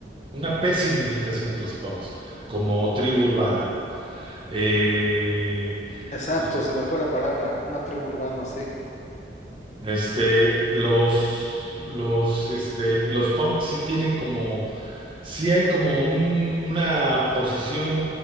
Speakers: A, on the right (about 30°); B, on the left (about 40°).
A: Una pésima imitación de los punks, como tribu urbana. Eh,
B: Exacto,
A: l-
B: se me fue la palabra, una tribu urbana, sí.
A: este, los, los, este, los punks sí tienen como, sí hay como un- una posición